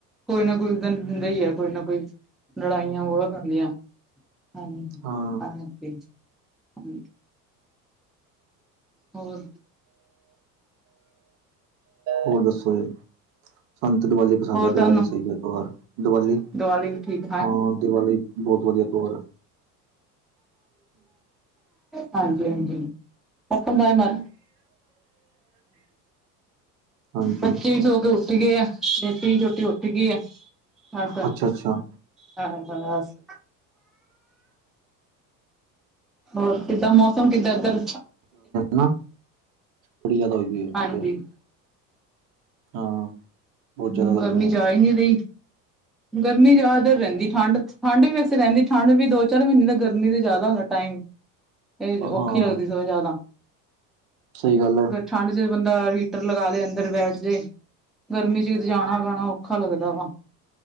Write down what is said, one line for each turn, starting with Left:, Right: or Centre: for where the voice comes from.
Centre: ਕੋਈ ਨਾ ਕੋਈ ਦਿਨ ਹੁੰਦਾ ਈ ਆ ਕੋਈ ਨਾ ਕੋਈ ਲੜਾਈਆਂ ਬੋਤ ਹੁੰਦੀਆਂ, ਹਾਂ।
Right: ਹਾਂ।
Centre: <inaudible> ਹੋਰ
Right: ਹੋਰ ਦੱਸੋ ਜ? ਸਾਨੂੰ ਤੇ ਦੀਵਾਲੀ ਪਸੰਦ
Centre: ਹੋਰ
Right: ਆ
Centre: ਤੁਹਾਨੂੰ
Right: ਦੀਵਾਲੀ ਸਹੀ ਐ ਤਿਉਹਾਰ ਦੀਵਾਲੀ,
Centre: ਦੀਵਾਲੀ ਵੀ ਠੀਕ
Right: ਹਾਂ ਦੀਵਾਲੀ। ਬੋਤ ਵਧੀਆ ਤੇਓਹਾਰ ਐ।
Centre: ਹਾਂਜੀ-ਹਾਂਜੀ। <inaudible>
Right: ਹਾਂਜੀ
Centre: ਬੱਚੇ ਸੌ ਕੇ ਉੱਠ ਗਏ ਆ ਬੇਟੀ ਛੋਟੀ ਉੱਠ ਗਈ ਆ ਬਸ।
Right: ਅੱਛਾ ਅੱਛਾ
Centre: ਹਾਂ-ਹਾਂ ਬਾਸ। ਹੋਰ ਕਿੱਦਾਂ ਮੌਸਮ ਕਿੱਦਾਂ ਐਧਰ?
Right: ਨਾ ਬੜੀ ਜਿਆਦਾ ਹੋ ਪਈ
Centre: ਹਾਂਜੀ
Right: ਏ ਹਾਂ। ਬਹੁਤ ਜ਼ਿਆਦਾ
Centre: ਹੂੰ ਗਰਮੀ
Right: ਹੈ
Centre: ਜਾ ਈ ਨੀ ਰਈ। ਗਰਮੀ ਜ਼ਿਆਦਾਤਰ ਰਹਿੰਦੀ ਠੰਡ-ਠੰਡ ਵੀ ਵੈਸੇ ਰਹਿੰਦੀ ਠੰਡ ਵੀ ਦੋ ਚਾਰ ਮਹੀਨੇ ਦਾ ਗਰਮੀ ਤੇ ਜ਼ਿਆਦਾ ਹੁੰਦਾ ਟਾਈਮ। ਏ
Right: ਹਾਂ
Centre: ਔਖੀ ਲੱਗਦੀ ਸਗੋ ਜ਼ਿਆਦਾ।
Right: ਸਹੀ ਗੱਲ ਆ।
Centre: ਠੰਡ ਚ ਬੰਦਾ ਹੀਟਰ ਲਗਾ ਲਏ ਅੰਦਰ ਬੈਠ ਜੇ ਗਰਮੀ ਜਦ ਜਾਣਾ ਪੈਣਾ ਔਖਾ ਲੱਗਦਾ ਵਾ।